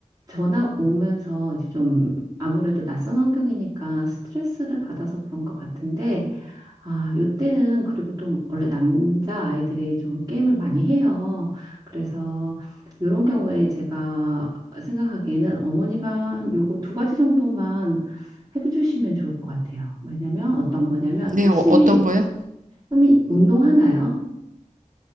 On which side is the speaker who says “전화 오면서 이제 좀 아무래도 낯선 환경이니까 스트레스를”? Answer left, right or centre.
Right